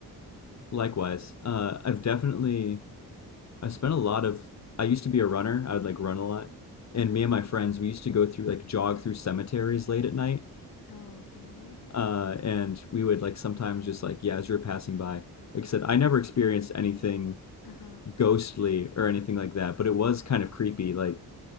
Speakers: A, on the left; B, on the left.
A: Likewise, uh, I've definitely I spent a lot of. I used to be a runner. I would like run a lot,
B: Uh-huh.
A: and me and my friends we used to go through like jog through cemeteries late at night,
B: Okay.
A: uh, and we would like sometimes just like yeah, as you're passing by. Like I said, I never experienced anything
B: Uh-huh.
A: ghostly or anything like that, but it was kind of creepy. Like